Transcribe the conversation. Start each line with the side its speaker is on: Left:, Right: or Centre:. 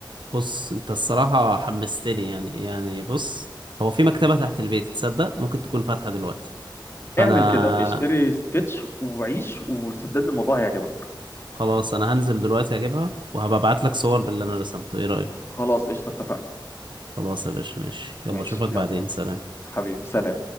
Right: بص انت الصراحة حمستني يعني يعني بص هو في مكتبة تحت البيت تصدق ممكن تكون فاتحة دلوقتي فانا
Left: اعمل كده اشتري سكتش وعيش وصدقني الموضوع هيعجبك
Right: خلاص انا هنزل دلوقتي اجيبها وهبقى ابعت لك صور باللي انا رسمته ايه رأيك
Left: خلاص قشطة اتفقنا
Right: خلاص يا باشا ماشي يلا
Left: ماشي
Right: اشوفك بعدين
Left: يلا
Right: سلام
Left: حبيبي سلام